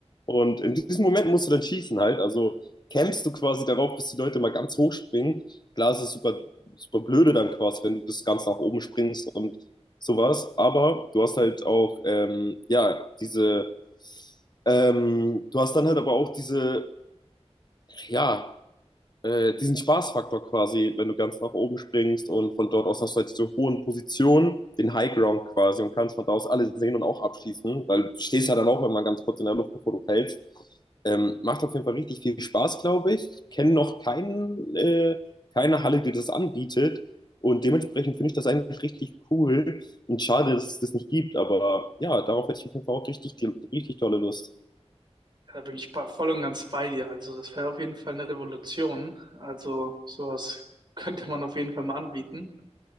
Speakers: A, on the left (about 40°); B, on the right (about 45°).
A: Und in diesem Moment musst du dann schießen halt. Also campst du quasi darauf, bis die Leute mal ganz hoch springen. Klar, es ist super, super blöde dann quasi, wenn du bis ganz nach oben springst und sowas. Aber du hast halt auch, ähm, ja, diese, ähm, du hast dann halt aber auch diese, ja, äh, diesen Spaßfaktor quasi, wenn du ganz nach oben springst und von dort aus hast du halt diese hohen Positionen, den High Ground quasi und kannst von da aus alle sehen und auch abschießen, weil du stehst ja dann auch immer ganz kurz in der Luft, bevor du fällst. Ähm, macht auf jeden Fall richtig viel Spaß, glaube ich. Ich kenne noch keinen, äh, keine Halle, die das anbietet. Und dementsprechend finde ich das eigentlich richtig cool und schade, dass es das nicht gibt. Aber ja, darauf hätte ich auf jeden Fall auch richtig, richtig tolle Lust.
B: ja, da bin ich bei- voll und ganz bei dir. Also das wäre auf jeden Fall eine Revolution. Also sowas könnte man auf jeden Fall mal anbieten.